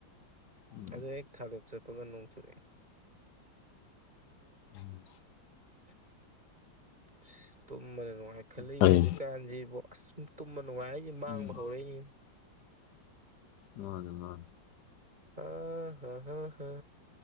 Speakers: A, on the left; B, on the right.
A: ꯎꯝ ꯎꯝ
B: ꯑꯗꯣ ꯍꯦꯛ ꯊꯥꯗꯣꯛ ꯆꯠꯄꯒ ꯅꯣꯡ ꯆꯨꯔꯛꯑꯦ
A: <inaudible>
B: <inaudible> ꯑꯁ ꯇꯨꯝꯕꯗ ꯅꯨꯡꯉꯥꯏ ꯈꯠꯂꯛꯂꯤꯕ
A: ꯐꯩ
B: ꯍꯧꯖꯤꯛꯀꯥꯟꯁꯤꯕꯨ ꯑꯁ ꯇꯨꯝꯕ ꯅꯨꯡꯉꯥꯏ ꯍꯥꯏ ꯃꯥꯡꯕ
A: ꯎꯝ
B: ꯍꯧꯔꯛꯏ
A: ꯃꯥꯅꯦ ꯃꯥꯅꯦ
B: ꯑ ꯍꯥ ꯍꯥ ꯍꯥ